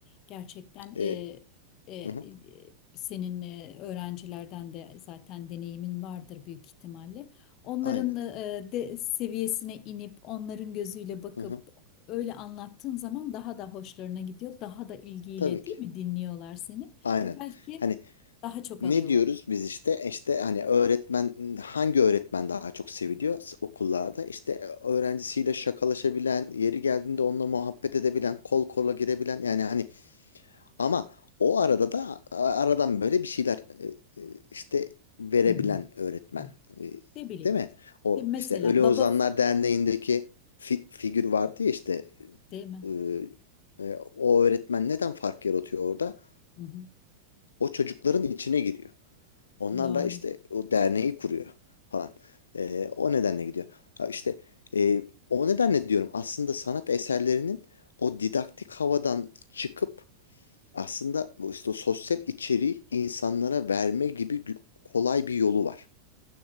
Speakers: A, on the left; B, on the left.
A: Gerçekten e,
B: Ee,
A: e, e,
B: hı hı,
A: senin e, öğrencilerden de zaten deneyimin vardır büyük ihtimalle. Onların
B: aynen.
A: e, de seviyesine inip onların gözüyle bakıp
B: Hı hı,
A: öyle anlattığın zaman daha da hoşlarına gidiyor. Daha da ilgiyle
B: tabii ki.
A: değil mi dinliyorlar seni
B: Aynen.
A: ve belki
B: Hani
A: daha çok
B: ne
A: alıyorlar.
B: diyoruz biz işte işte hani öğretmen hangi öğretmen daha çok seviliyor s- okullarda? İşte e, öğrencisiyle şakalaşabilen, yeri geldiğinde onunla muhabbet edebilen, kol kola girebilen yani hani Ama o arada da a- aradan böyle bir şeyler e, e, işte verebilen
A: Hı hı.
B: öğretmen.
A: hı.
B: E,
A: Ne bileyim.
B: Değil mi? O
A: De mesela
B: işte Ölü
A: baba
B: Ozanlar Derneği'ndeki fi- figür vardı ya işte
A: değil mi?
B: e, e, o öğretmen neden fark yaratıyor orada?
A: Hı hı.
B: O çocukların içine giriyor. Onlar
A: Doğru.
B: da işte o derneği kuruyor falan. E, o nedenle gidiyor. Ha işte e, o nedenle diyorum aslında sanat eserlerinin o didaktik havadan çıkıp aslında bu işte o sosyal içeriği insanlara verme gibi gü- kolay bir yolu var.